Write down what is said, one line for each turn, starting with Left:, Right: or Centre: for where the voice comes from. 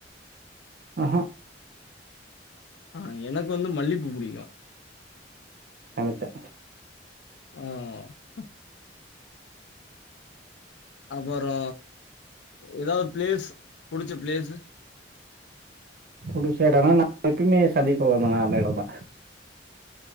Right: அஹா
Left: ஆ எனக்கு வந்து மல்லிப்பூ புடிக்கு
Right: நெனச்சே
Left: அ <inaudible> அப்பறோ ஏதாவது பிளேஸ் புடிச்ச பிளேஸ்
Right: குடிசை இடனா நாளைக்குமே சந்திப்போலனா அந்த இடந் தா